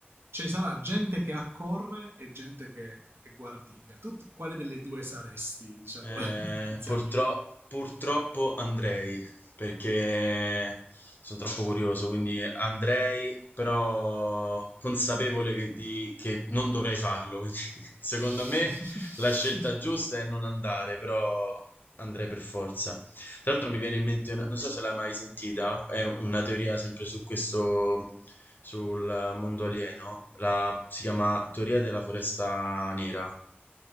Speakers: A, on the right; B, on the left.
A: Ci sarà gente che accorre e gente che è guardinga. Tu quale delle due saresti, diciamo,
B: Eh,
A: <laughs> inizialmente?
B: purtro- purtroppo andrei, perché sono troppo curioso, quindi andrei, però consapevole che, di- che non dovrei farlo. Quindi, <laughs> secondo
A: <laughs>
B: me la scelta giusta è non andare, però andrei per forza. Tra l'altro mi viene in mente, una- non so se l'hai mai sentita, è una teoria sempre su questo, sul mondo alieno, la, si chiama teoria della foresta nera.